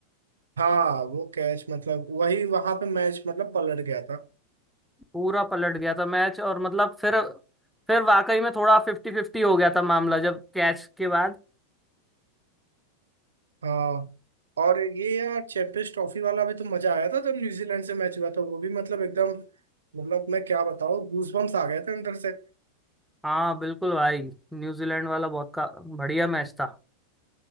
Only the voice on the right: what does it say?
हाँ वो कैच मतलब वही वहां पे मैच मतलब पलट गया था
हाँ और ये यार चैंपियंस ट्रॉफी वाला भी तो मजा आया था जब न्यूजीलैंड से मैच हुआ था वो भी मतलब एकदम मतलब मैं क्या बताऊँ गूजबम्स आ गए थे अंदर से